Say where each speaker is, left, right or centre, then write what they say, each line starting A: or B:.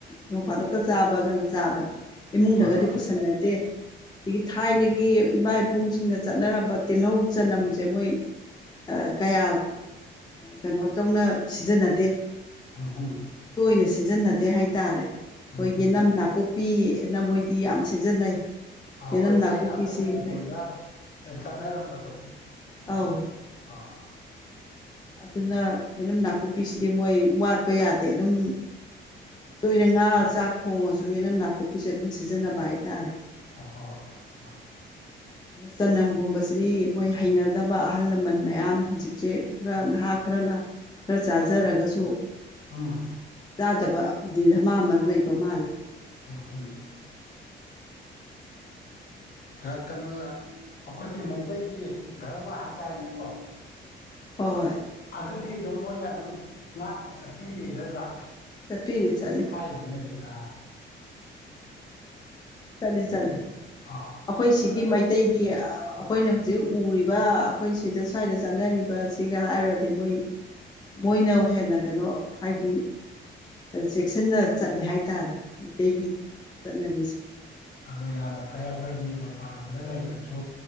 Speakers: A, on the left; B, on the left.
A: ꯅꯣꯡ ꯐꯥꯗꯣꯛꯀ ꯆꯥꯕꯒꯅ ꯆꯥꯕꯅꯤ ꯏꯃꯨꯡꯗꯒꯗꯤ
B: ꯍꯣꯏ ꯍꯣꯏ
A: ꯄꯨꯁꯟꯅꯗꯦ ꯑꯗꯒꯤ ꯊꯥꯏꯅꯒꯤ ꯏꯕꯥꯏ ꯄꯨꯁꯤꯡꯅ ꯆꯠꯅꯔꯝꯕ ꯇꯤꯜꯍꯧ ꯆꯅꯝ ꯁꯦ ꯃꯣꯏ ꯑ ꯀꯌꯥ ꯀꯩꯅꯣ ꯇꯧꯅ ꯁꯤꯖꯟꯅꯗꯦ
B: ꯎꯝ ꯍꯨꯝ
A: ꯇꯣꯏꯅ ꯁꯤꯖꯤꯟꯅꯗꯦ ꯍꯥꯏꯇꯥꯔꯦ
B: ꯎꯝ
A: ꯍꫭꯏ
B: ꯍꯨꯝ
A: ꯌꯦꯅꯝ ꯅꯥꯀꯨꯞꯄꯤꯑꯅ ꯃꯣꯏꯗꯤ ꯌꯥꯝ ꯁꯤꯖꯤꯟꯅꯩ
B: ꯑ ꯑꯩꯈꯣꯏ
A: ꯌꯦꯅꯝ ꯅꯥꯀꯨꯞꯄꯤꯁꯤ
B: ꯊꯥꯏꯅ ꯑꯩꯈꯣꯏ ꯃꯅꯤꯄꯨꯔꯗ
A: ꯃꯣꯏ
B: ꯆꯠꯅꯔꯝꯕꯗꯣ
A: ꯑꯧ
B: ꯑꯥ
A: ꯑꯗꯨꯅ ꯌꯦꯅꯝ ꯅꯥꯀꯨꯞꯄꯤꯁꯤꯗꯤ ꯃꯣꯏ ꯋꯥꯠꯄ ꯌꯥꯗꯦ ꯑꯗꯨꯝ ꯇꯣꯏꯅ ꯉꯥ ꯆꯥꯛ ꯊꯣꯡꯉꯁꯨ ꯌꯦꯅꯝ ꯅꯥꯀꯨꯞꯄꯤꯁꯦ ꯑꯗꯨꯝ ꯁꯤꯖꯤꯟꯅꯕ ꯍꯥꯏꯇꯥꯔꯦ
B: ꯑꯍ ꯑ
A: ꯆꯅꯝꯒꯨꯝꯕꯁꯤꯗꯤ ꯃꯣꯏ ꯍꯩꯅꯗꯕ ꯑꯍꯜ ꯂꯃꯟ ꯃꯌꯥꯝ ꯍꯧꯖꯤꯛꯁꯦ ꯈꯔ ꯅꯍꯥ ꯈꯔꯅ ꯈꯔ ꯆꯥꯖꯔꯒꯁꯨ
B: ꯎꯝ
A: ꯆꯥꯗꯕ ꯗꯤ ꯙꯃꯥ ꯑꯃ ꯂꯩꯕ ꯃꯥꯜꯂꯦ
B: ꯎ ꯍꯨꯝ ꯀ ꯀꯩꯅꯣ ꯑꯩꯈꯣꯏꯒꯤ ꯃꯩꯇꯩꯒꯤ ꯙꯔꯃ ꯍꯥꯏꯇꯥꯔꯦꯅꯦꯀꯣ
A: ꯍꯣꯏ
B: ꯑꯗꯨꯗꯤ ꯑꯗꯨꯝ ꯃꯣꯏꯅ ꯑꯗꯨꯝ ꯉꯥꯛꯅ ꯆꯠꯄꯤꯔꯦ ꯅꯠꯇ꯭ꯔꯥ
A: ꯆꯠꯄꯤꯔꯤ ꯆꯠꯂꯤ
B: ꯍꯥꯏꯁꯤꯅꯗꯤ ꯑ
A: ꯆꯠꯂꯤ ꯆꯠꯂꯤ
B: ꯑꯥ
A: ꯑꯩꯈꯣꯏ ꯁꯤꯒꯤ
B: ꯑꯗꯣ ꯍꯣꯏ
A: ꯃꯩꯇꯩꯒꯤ ꯑꯩꯈꯣꯏꯅ ꯍꯧꯖꯤꯛ ꯎꯔꯤꯕ ꯑꯩꯈꯣꯏ ꯁꯤꯗ ꯁ꯭ꯋꯥꯏꯗ ꯆꯠꯅꯔꯤꯕꯁꯤꯒ ꯍꯥꯏꯔꯨꯔꯗꯤ ꯃꯣꯏ ꯃꯣꯏꯅ ꯍꯦꯟꯅ ꯀꯩꯅꯣ ꯍꯥꯏꯗꯤ ꯆꯦꯛꯁꯤꯟꯅ ꯆꯠꯂꯦ ꯍꯥꯏꯇꯥꯔꯦ ꯃꯩꯇꯩꯒꯤ ꯆꯠꯅꯕꯤꯁꯦ
B: ꯑꯣ ꯌꯥꯝꯅ ꯐꯩ ꯑꯩꯈꯣꯏꯒꯤ ꯃꯄꯥꯟꯂꯣꯝꯗ ꯂꯩꯕꯁꯨ